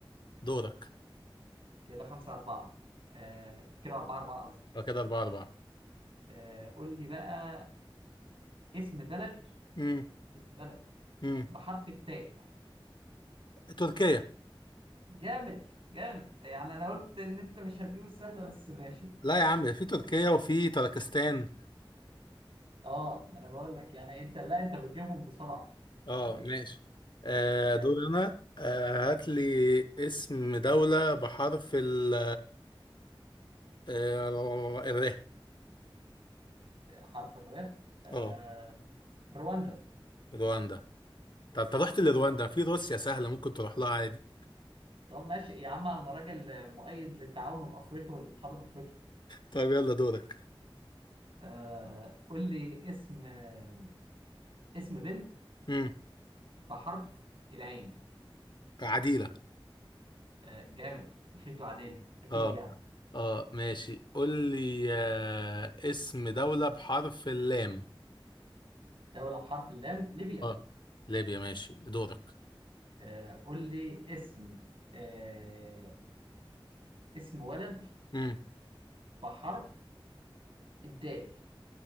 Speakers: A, on the left; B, on the right.
A: دورك
B: كده خمسة أربعة آه كده أربعة أربعة قصدي
A: يبقى كده اربعة اربعة
B: آه قول لي بقى اسم بلد
A: امم
B: اسم بلد
A: امم
B: بحرف التاء
A: تركيا
B: جامد جامد يعني انا قلت ان انت مش هتجيب السهله بس ماشي
A: لا يا عم في تركيا وفي تركستان
B: اه ما انا بقول لك يعني انت لا انت بتجيبهم بسرعه
A: اه
B: طيب
A: ماشي آه
B: آه
A: دور انا آه هات لي اسم دولة بحرف ال آه الر
B: حرف الر آه
A: اه
B: رواندا
A: رواندا طب انت رحت لرواندا في روسيا سهلة ممكن تروح لها عادي
B: طب ماشي يا عم انا راجل مؤيد للتعاون الافريقي والاتحاد الافريقي
A: طب يلا دورك
B: آه قول لي اسم آه اسم بنت
A: امم
B: بحرف العين
A: عديلة
B: آه جامد مشيتوا عدل اكيد
A: اه
B: يعني
A: اه ماشي قول لي آه اسم دولة بحرف اللام
B: دوله بحرف اللام ليبيا
A: اه ليبيا ماشي دورك
B: آه، قول لي اسم آه، اسم ولد
A: امم
B: بحرف الدال